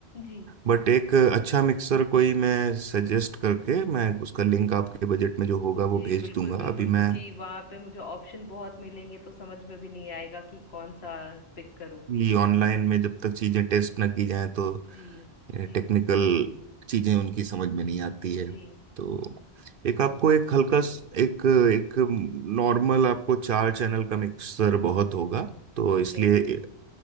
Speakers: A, on the left; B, on the right.
A: जी
B: बट एक अच्छा मिक्सर कोई मैं सजेस्ट करके मैं उसका लिंक आपके बजट में जो होगा
A: जी
B: वो भेज
A: बिल्कुल
B: दूंगा
A: बिल्कुल
B: अभी
A: क्योंकि
B: मैं
A: वहां पे मुझे ऑप्शन बहुत मिलेंगे तो समझ में भी नहीं आएगा कि कौन सा पिक करूं
B: ये ऑनलाइन में जब तक चीज़ें टेस्ट ना की जाएं तो
A: जी जी
B: टेक्निकल चीज़ें उनकी समझ में नहीं आती है
A: जी
B: तो एक आपको एक हल्का स- एक एक नॉर्मल आपको चार चैनल का मिक्सर बहुत होगा तो
A: ओके
B: इसलिए